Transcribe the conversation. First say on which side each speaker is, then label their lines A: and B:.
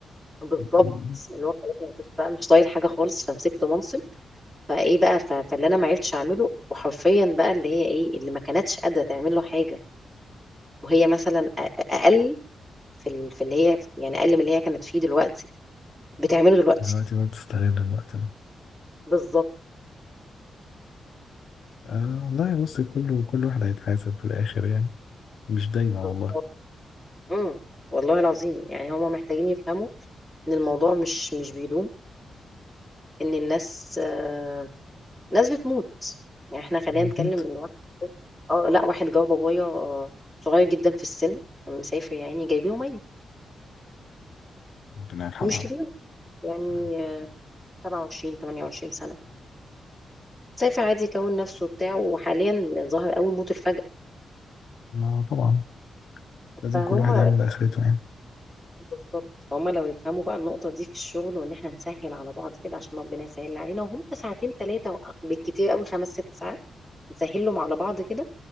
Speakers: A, in the centre; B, on the left.
A: بالظبط
B: مم.
A: اللي هو خلاص مش بقى مش طايل حاجه خالص فمسكت منصب فايه بقى ف- فاللي انا ما عرفتش اعمله وحرفيا بقى اللي هي ايه اللي ما كانتش قادره تعمل له حاجه وهي مثلا أ- اقل في ال- في اللي هي يعني اقل من اللي هي كانت فيه دلوقتي بتعمله دلوقتي
B: دلوقتي بقى بتستغل الوقت ده
A: بالظبط
B: آه والله بص كله كل واحد هيتحاسب في الآخر يعني مش دايما
A: بالظبط
B: والله
A: امم والله العظيم يعني هما محتاجين يفهموا ان الموضوع مش مش بيدوم ان الناس آه ناس بتموت يعني احنا خلينا نتكلم
B: أكيد
A: ان واحد اه لا واحد جاب بابايا آه، صغير جدا في السن كان مسافر يا عيني جايبينه ميت
B: ربنا يرحمه
A: مش
B: يا
A: كبير يعني
B: رب.
A: آه، 27 28 سنة مسافر عادي يكون نفسه وبتاع وحاليا ظاهر قوي موت الفجأة
B: ما طبعا لازم
A: فهم
B: كل واحد يعمل لآخرته يعني
A: بالظبط هما لو يفهموا بقى النقطة دي في الشغل وإن إحنا نسهل على بعض كده عشان ربنا يسهل علينا وهم ساعتين تلاتة وأق- بالكتير قوي خمس ست ساعات نسهلهم على بعض كده